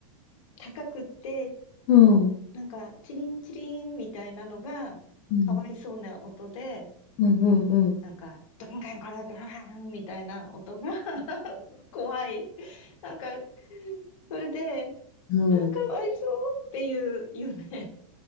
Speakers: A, on the left; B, on the left.
A: 高くって、
B: うん。
A: なんか、チリンチリンみたいなのが、
B: うん。
A: かわいそうな音で、
B: うんうんうん。
A: なんか、ドンガンガラガランみたいな音が <laughs> 怖い。なんか、それで、あかわいそうっていう夢
B: うん。